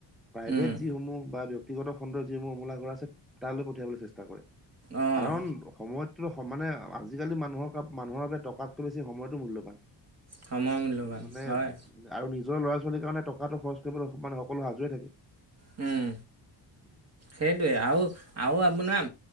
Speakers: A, in the centre; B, on the right.
A: প্ৰাইভেট
B: উম
A: যিসমূহ বা ব্য ক্তিগত খণ্ডৰ যিসমূহ উমলাঘৰ আছে তালৈ পঠিয়াবলৈ চেষ্ট টা কৰে।
B: অঁ
A: কাৰণ সময়ত তোৰ সমানে আজিকালি মানুহৰ মানুহৰ বাবে টকাতকৈ বেছি সময়তো মূল্যবান
B: সময় মূল্যৱান
A: মানে
B: হয়
A: আৰু নিজ নিজৰ ল'ৰা-ছোৱালীৰ কাৰণে টকাটো খৰচ কৰিবলৈ সমান সকলো সাজুৱে থাকে।
B: উম।
A: <inaudible>
B: সেইটোৱে আৰু আৰু, আপোনাৰ